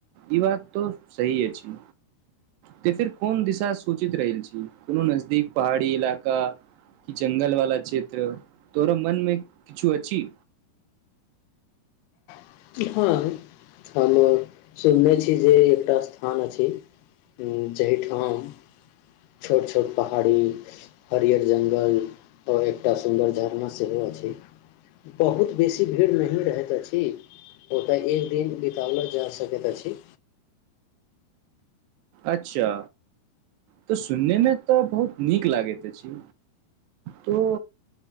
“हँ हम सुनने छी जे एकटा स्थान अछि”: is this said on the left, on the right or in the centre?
Left